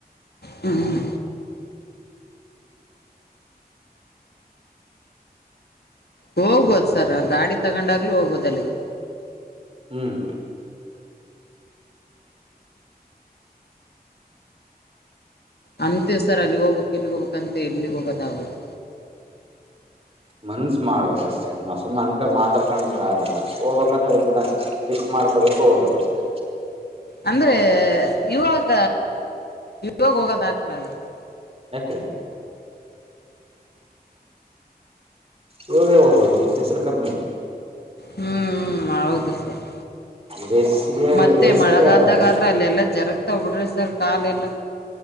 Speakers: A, on the left; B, on the right.
A: ಹ್ಮ್ ಹೋಗ್ಬೋದು ಸರ್ ಗಾಡಿ ತಗೊಂಡಾಗ್ಲಿ ಹೋಗಬೋದು ಅಲ್ಲಿಗೆ.
B: ಹ್ಮ್
A: ಅಂತೆ ಸರ್ ಅಲ್ಲಿಗ್ ಹೋಗ್ಬೇಕು ಇಲ್ಲಿ ಹೋಗ್ಬೇಕ್ ಅಂತೆ ಎಲ್ಲಿಗೆ ಹೋಗದ ಆಗಒಲ್ತ್.
B: ಮನ್ಸ್ ಮಾಡ್ಬೇಕಕ್ಷ್ಟೇ ನಾವ್ ಸುಮ್ಮ್ನೆ ಅಂಕ ಮಾತಾಡ್ಕೊಂಡ ಆಗಲ್ಲ ಹೋಗ್ಬೇಕಾದ್ರೆ ಒಒಂದ್ ದಿನ <unintelligible> ಮಾಡ್ಕೋಬೇಕು ಹೋಗ್ಬೇಕಷ್ಟೆ
A: ಅಂದ್ರೆ ಇವಾಗ ಇವಾಗ ಹೋಗೋದ ಹಾಕ್ರಲ್ಲ ಸರ್.
B: ಯಾಕೆ? ಇವೋಗೇ ಹೋಗಬಹದು ಈಗ್ ಬಿಸಲು ಕಮ್ಮಿು.
A: ಹ್ಮ್ ಹೌದು ಸರ್
B: ಬೇಸಿಗೆ
A: ಮತ್ತೆ
B: ಬೇಸಿಗೆಗೆ
A: ಮಳೆಗಾಲದಾಗಾದ್ರೆ
B: ಆಗಲ್ಲ
A: ಅಲ್ಲೆಲ್ಲಾ ಜರಗ್ತಾ ಹ್ ಬಿಿಡ್ರಿ ಸರ್ ಕಾಲ ಎಲ್ಲಾ